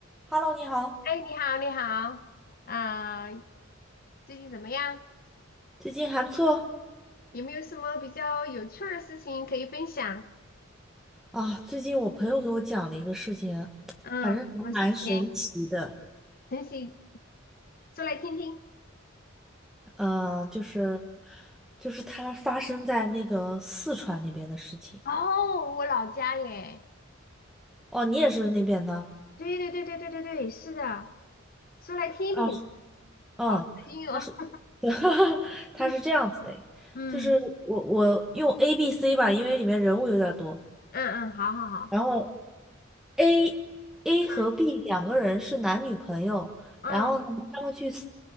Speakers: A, in the centre; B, on the left (about 45°).
A: Hello，你好，
B: 哎，你好，你好，啊、最近怎么样？
A: 最近还不错
B: 有没有什么比较有趣儿的事情可以分享？
A: 啊。最近我朋友给我讲了一个事情，
B: 嗯，
A: 反正还蛮神奇的。
B: 什么事情？晨曦，说来听听。
A: 呃，就是就是它发生在那个四川那边的事情。
B: 哦，我老家耶。
A: 哦，你也是那边的
B: 对对对对对对对，是的，说来听听，
A: 啊？是嗯，
B: 好刺哦。
A: 他是，<laughs> 对，他是这样子的，
B: <laughs> 嗯
A: 就是我我用 A、B、C 吧，因为里面人物有点多。
B: 嗯嗯，好好好，
A: 然后 A A
B: 嗯
A: 和 B 两个人是男女朋友，
B: 嗯
A: 然后呢，他们去 C